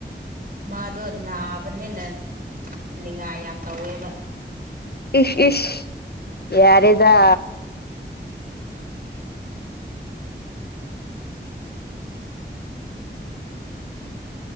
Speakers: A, on the right (about 50°); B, on the left (about 60°).
A: ꯃꯥꯗꯣ ꯅꯥꯕꯅꯦꯅ ꯅꯤꯡꯉꯥꯏ ꯌꯥꯝ ꯇꯧꯋꯦ
B: ꯏꯁ ꯏꯁ ꯌꯥꯔꯦꯗ